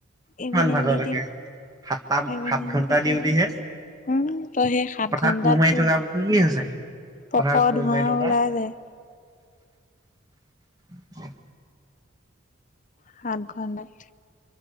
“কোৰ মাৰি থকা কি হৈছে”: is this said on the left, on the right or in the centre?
Right